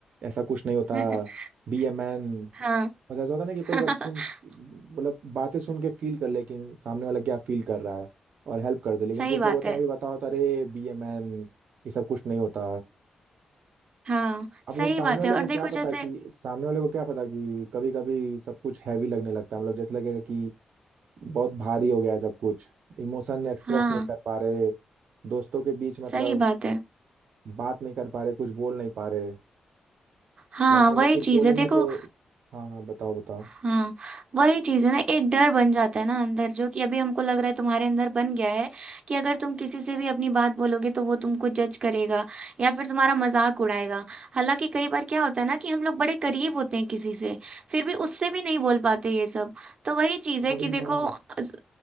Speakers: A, on the right; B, on the right.
A: ऐसा कुछ नहीं होता
B: <laughs>
A: बी ए मैन
B: हाँ
A: मतलब ऐसा होता है ना कि
B: <laughs>
A: कोई बस सुन मतलब बातें सुन के फील कर ले कि सामने वाला क्या फील कर रहा है और हेल्प कर दे लेकिन
B: सही
A: कुछ
B: बात
A: लोग होते
B: है
A: हैं अभी बताओ तो अरे बी ए मैन ये सब कुछ नहीं होता
B: हाँ
A: अब वो
B: सही
A: सामने
B: बात
A: वाले
B: है और
A: को
B: देखो
A: क्या पता
B: जैसे
A: कि सामने वाले को क्या पता कि कभी कभी सब कुछ हैवी लगने लगता है मतलब जैसे लगेगा कि बहुत भारी हो गया है सब कुछ इमोशन एक्सप्रेस
B: हाँ
A: नहीं कर पा रहे दोस्तों के बीच मतलब
B: सही बात है
A: बात नहीं कर पा रहे कुछ बोल नहीं पा रहे
B: हाँ
A: लगता
B: वही
A: है कि कुछ
B: चीज
A: बोलेंगे
B: है देखो
A: तो हाँ हाँ बताओ बताओ
B: हाँ वही चीज है ना एक डर बन जाता है ना अंदर जो कि अभी हमको लग रहा है तुम्हारे अंदर बन गया है कि अगर तुम किसी से भी अपनी बात बोलोगे तो वो तुमको जज करेगा या फिर तुम्हारा मजाक उड़ाएगा हालांकि कई बार क्या होता है ना कि हम लोग बड़े करीब होते हैं किसी से फिर भी उससे भी नहीं बोल पाते ये सब तो वही चीज है
A: वही
B: कि देखो
A: ना
B: अस-